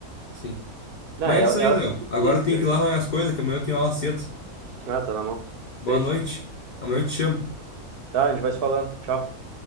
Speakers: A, on the left (about 70°); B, on the right (about 75°).
A: Sim.
B: Não,
A: Mas
B: ela,
A: é isso aí,
B: ela
A: Léo.
B: tem que
A: Agora
B: fazer isso,
A: eu tenho
B: tá ligado?
A: que ir lá arrumar as coisas, que amanhã eu tenho aula cedo.
B: Ah, tá na mão.
A: Boa
B: Feito.
A: noite. Amanhã eu te chamo.
B: Tá, a gente vai se falando. Tchau.